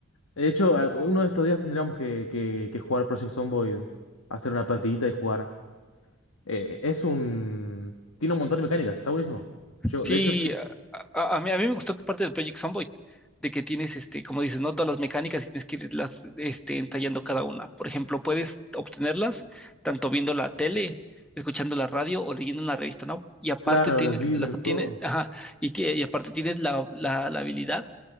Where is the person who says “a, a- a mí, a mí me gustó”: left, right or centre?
Centre